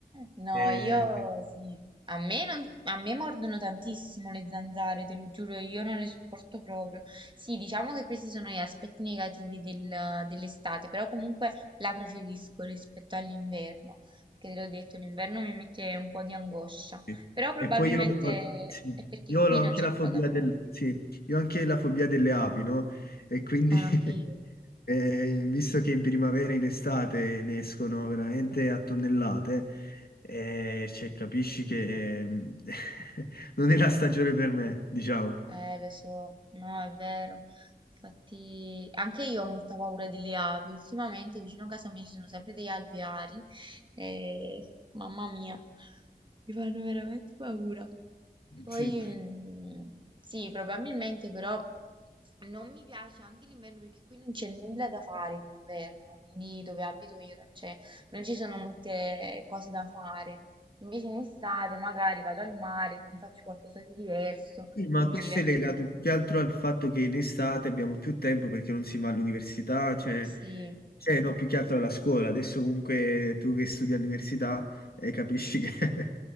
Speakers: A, on the right; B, on the left.
A: No,
B: Eh,
A: io sì. A me, non- a me mordono tantissimo le zanzare, te lo giuro, io non le sopporto proprio. Sì, diciamo che questi sono gli aspetti negativi del- dell'estate, però comunque la preferisco rispetto all'inverno, perché te l'ho detto, l'inverno mi mette un po' di angoscia,
B: Sì.
A: però probabilmente
B: E poi io, ho- sì,
A: è perché
B: io ho
A: qui
B: anche
A: non c'è
B: la
A: nulla
B: fobia
A: da fare.
B: del, sì, io ho anche la fobia delle api, no? E quindi,
A: Ah,
B: <laughs>
A: Anche io.
B: eh, visto che in primavera e in estate ne escono veramente a tonnellate, eh, cioè, capisci che eh, <laughs> non è la stagione per me, diciamo.
A: Eh, lo so, no, è vero. Infatti, anche io ho molta paura delle api. Ultimamente vicino a casa mia ci sono sempre degli alveari e mamma mia, mi fanno veramente paura. Poi
B: Sì.
A: mm, sì, probabilmente però non mi piace anche l'inverno perché qui non c'è nulla da fare in inverno, quindi dove abito io non c'è, non ci sono molte cose da fare. Invece in estate magari vado al mare, quindi faccio qualcosa di diverso
B: Sì, ma
A: e mi
B: questo
A: diverto
B: è legato
A: di più.
B: più che altro al fatto che in estate abbiamo più tempo perché non si va all'università, cioè,
A: Sì,
B: cioè, no, più che altro alla scuola. Adesso comunque tu che studi all'università eh, capisci che,